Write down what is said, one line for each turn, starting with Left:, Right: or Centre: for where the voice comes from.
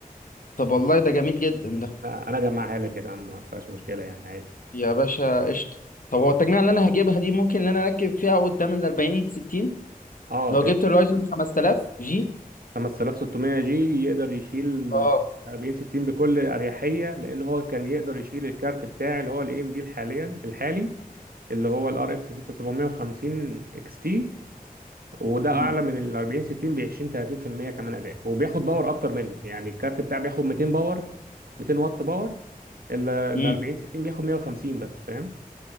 Left: طب والله ده جميل جدا ده
Right: انا اجمعها لك يا عم ما فيهاش مشكلة يعني عادي
Left: يا باشا قشطه طب هو التجميع اللي انا هجيبها دي ممكن ان انا اركب فيها قدام ال 40 60
Right: اه
Left: لو
Right: تقدر
Left: جبت الرايزن ب 5000 جي
Right: 5600 جي يقدر يشيل
Left: اه
Right: 40 60 بكل اريحية لان هو كان يقدر يشيل الكارت بتاعي اللي هو الاي ام دي حاليا الحالي اللي هو الار اكس 6750 اكس تي وده اعلى
Left: مم.
Right: من ال 40 60 ب 20 30% كمان اداء وبياخد باور اكتر منه يعني الكارت بتاعي بياخد 200 باور 200 واط باور ال ال
Left: مم.
Right: 40 60 بياخد 150 بس فاهم